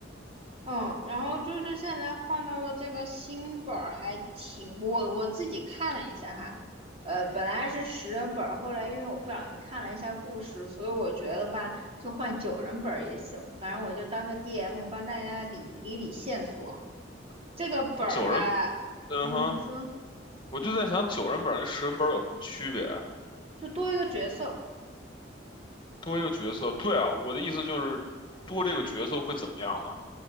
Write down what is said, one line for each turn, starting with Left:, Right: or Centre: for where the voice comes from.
Right: 嗯，然后就是现在换到了这个新本儿，还挺我我自己看了一下哈，呃，本来是十人本儿，后来因为我不小心看了一下故事，所以我觉得吧，就换九人本儿也行，反正我就当个 DM 帮大家理理理线索。这个本儿吧，
Left: 那九人，嗯哼，
Right: 嗯，你说，
Left: 我就在想九人本跟十人本有什么区别啊？
Right: 嗯，就多一个角色
Left: 多一个角色，对啊，我的意思就是多这个角色会怎么样嘛？